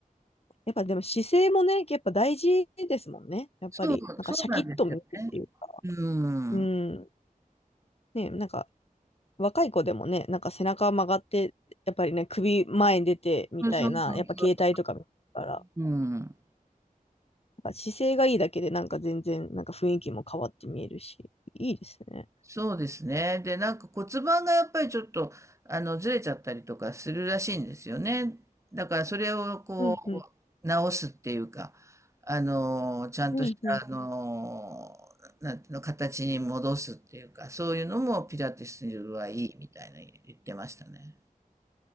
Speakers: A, on the left (about 45°); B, on the right (about 20°).
A: やっぱでも姿勢もね、やっぱ大事ですもんね。やっぱり、
B: そう、
A: なんかシャキッと見えるっていうか。
B: そうなんですよね。うん。
A: うん。ね、なんか若い子でもね、なんか背中曲がって、やっぱりね、首前に出てみたいな、
B: そうそうそうそ
A: やっぱ携帯とか見るから。
B: う。うん。
A: なんか姿勢がいいだけでなんか全然なんか雰囲気も変わって見えるし、いいですね。
B: そうですね。で、なんか骨盤がやっぱりちょっと、あの、ずれちゃったりとかするらしいんですよね。だからそれをこう、
A: うんうん。
B: 直すっていうか、あの、ちゃんとした、
A: うんう
B: あの、なんていうの、形に戻すっていうか、そういうのもピラティスはいいみたいな言ってましたね。